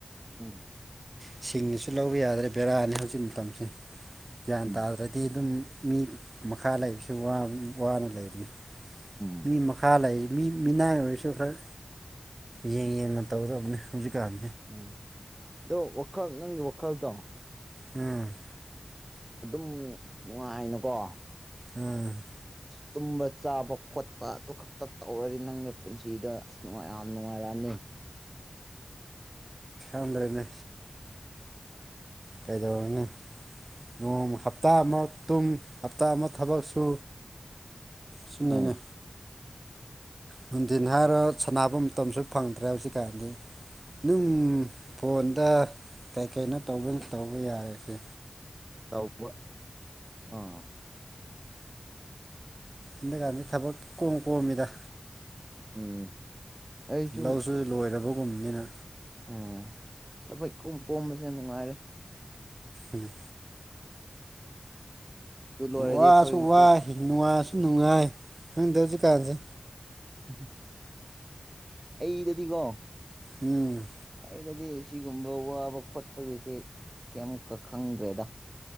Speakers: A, on the right; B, on the right.
A: ꯎꯝ
B: ꯁꯤꯡꯉꯤꯁꯨ ꯂꯧꯕ ꯌꯥꯗ꯭ꯔꯦ ꯕꯦꯔꯥꯅꯤ ꯍꯧꯖꯤꯛ ꯃꯇꯝꯁꯦ ꯒ꯭ꯌꯥꯟ
A: ꯎꯝ
B: ꯇꯥꯗ꯭ꯔꯗꯤ ꯑꯗꯨꯝ ꯃꯤ ꯃꯈꯥ ꯂꯩꯕꯕꯁꯤ ꯋꯥꯅ ꯂꯩꯕꯅꯤ
A: ꯎꯝ
B: ꯃꯤ ꯃꯈꯥ ꯂꯩ ꯃꯤ ꯃꯤꯅꯥꯏ ꯑꯣꯏꯔꯁꯨ ꯈꯔ ꯌꯦꯡ ꯌꯦꯡꯅ ꯇꯧꯒꯗꯕꯅꯤ ꯍꯧꯖꯤꯛꯀꯥꯟ
A: ꯎꯝ ꯑꯗꯣ ꯋꯥꯈꯜ ꯅꯪꯒꯤ ꯋꯥꯈꯥꯜꯗ
B: ꯎꯝ
A: ꯑꯗꯨꯝ ꯅꯨꯡꯉꯥꯏꯅꯀꯣ
B: ꯎꯝ
A: ꯇꯨꯝꯕ ꯆꯥꯕ ꯈꯣꯠꯄ ꯑꯗꯨ ꯈꯛꯇ ꯇꯧꯔꯗꯤ ꯅꯪꯒꯤ ꯄꯨꯟꯁꯤꯗꯣ ꯑꯁꯅꯨꯡꯉ ꯌꯥꯝ ꯅꯨꯡꯉꯥꯏꯔꯛꯑꯅꯤ ꯎ
B: ꯑꯗꯔꯅꯦ ꯀꯩꯗꯧꯔꯅꯤ ꯅꯣꯡ ꯍꯞꯇꯥ ꯑꯃ ꯇꯨꯡ ꯍꯞꯇꯥ ꯑꯃ ꯊꯕꯛ ꯁꯨ ꯁꯤꯅꯦꯅ
A: ꯑꯥ
B: ꯅꯨꯡꯊꯤꯟ ꯍꯥꯏꯔꯣ ꯁꯅꯕ ꯃꯇꯝꯁꯨ ꯐꯪꯗ꯭ꯔꯦ ꯍꯧꯖꯤꯛꯀꯥꯟꯗꯤ ꯑꯗꯨꯝ ꯐꯣꯟꯗ ꯀꯩ ꯀꯩꯅꯣ ꯇꯧꯕ ꯇꯧꯕ ꯌꯥꯔꯁꯦ
A: ꯇꯧꯕ ꯑꯥ <unintelligible>
B: ꯑꯗꯨꯀꯥꯟꯗ ꯊꯕꯛ ꯀꯣꯝ ꯀꯣꯝꯃꯤꯗ
A: ꯎꯝ ꯑꯩꯁꯨ
B: ꯂꯧꯁꯨ ꯂꯣꯏꯔꯕꯒꯨꯝꯅꯤꯅ
A: ꯎꯝ ꯊꯕꯣꯏ ꯀꯣꯝ ꯀꯣꯝꯕꯁꯦꯅ ꯅꯨꯡꯉꯥꯏꯔꯦ
B: ꯎꯝ
A: ꯑꯗꯨ ꯂꯣꯏꯔꯗꯤ
B: ꯋꯥꯁꯨ
A: ꯑꯩꯈꯣꯏꯒꯤꯁꯨ
B: ꯋꯥꯏ ꯅꯨꯡꯉꯥꯏꯁꯨ ꯅꯨꯡꯉꯥꯏ ꯈꯪꯗꯦ ꯍꯧꯖꯤꯛꯀꯥꯟꯁꯦ
A: ꯎꯝ ꯑꯩꯗꯗꯤꯀꯣ
B: ꯎꯝ
A: ꯑꯩꯗꯗꯤ ꯁꯤꯒꯨꯝꯕ ꯋꯥꯕ ꯈꯣꯠꯄꯒꯤꯁꯦ ꯀꯩꯃꯨꯀ ꯈꯪꯗ꯭ꯔꯦꯗ